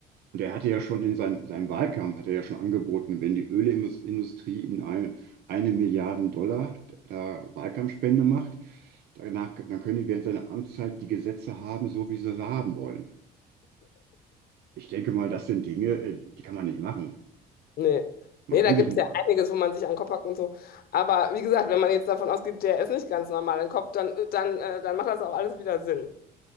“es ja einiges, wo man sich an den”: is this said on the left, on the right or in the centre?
Left